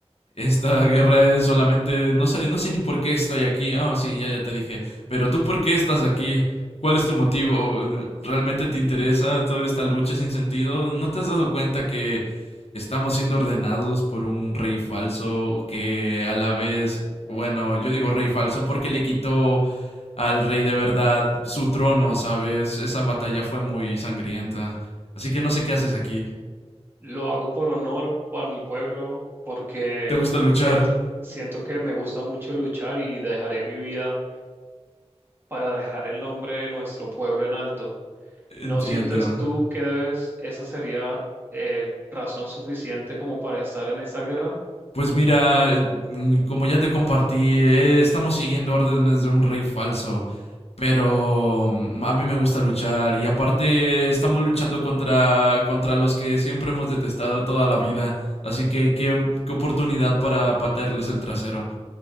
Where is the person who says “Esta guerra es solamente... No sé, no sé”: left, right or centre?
Left